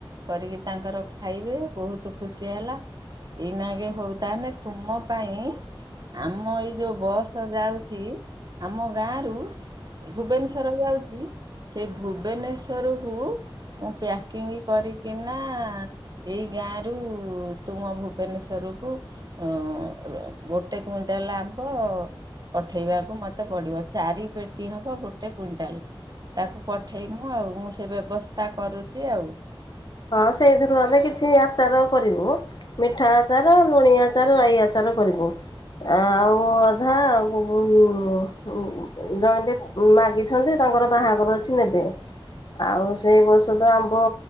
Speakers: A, on the right; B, on the left.
A: କରିକି ତାଙ୍କର ଖାଇବେ ବହୁତ ଖୁସି ହେଲା। ଏଇନାଗେ ହଉ ତାନେ ତୁମ ପାଇଁ ଆମ ଏଇ ଯୋଉ ବସ୍ ଯାଉଛି ଆମ ଗାଁ ରୁ ଭୁବନେଶ୍ଵର ଯାଉଛି। ସେ ଭୁବନେଶ୍ଵର କୁ ମୁଁ ପ୍ୟାକିଂ କରିକିନା ଏଇ ଗାଁରୁ ତୁମ ଭୁବନେଶ୍ୱରକୁୁ ଉ ଅ ଗୋଟେ କୁଇଣ୍ଟାଲ ଆମ୍ବ ପଠେଇବାକୁ ମୋତେ ପଡିବ। ଚାରି ପେଟି ହବ ଗୋଟେ କୁଇଣ୍ଟାଲ ତାକୁ ପଠେଇମୁ ଆଉ ମୁଁ ସେ ବ୍ୟବସ୍ଥା କରୁଛି ଆଉ।
B: ହଁ ସେଇଥିରୁ ଆମେ କିଛି ଆଚାର କରିବୁ। ମିଠା ଆଚାର ଲୁଣି ଆଚାର ରାଇ ଆଚାର କରିବୁ। ଆଉ ଅଧା ଅ ଗୁ ଗ୍ ଜଣେ ବି ମାଗିଛନ୍ତି ତାଙ୍କର ବାହାଘର ଅଛି ନେବେ। ଆଉ ସେଇ ବଷତ ଆମ୍ବ